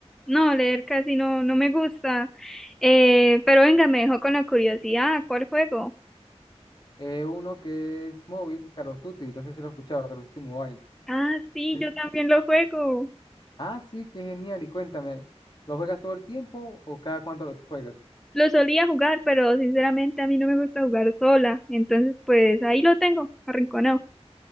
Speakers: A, in the centre; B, on the left.
A: no, leer casi no, no me gusta. Eh, pero venga, me dejó con la curiosidad, ¿cuál juego?
B: eh, uno que es móvil, Call of Duty, no sé si lo has escuchado, Call of Duty Mobile.
A: Ah, sí,
B: Sí.
A: yo también lo juego.
B: Ah, sí, qué genial, y cuéntame, ¿lo juegas todo el tiempo o cada cuánto lo juegas?
A: Lo solía jugar, pero sinceramente a mí no me gusta jugar sola, entonces pues ahí lo tengo, arrinconado.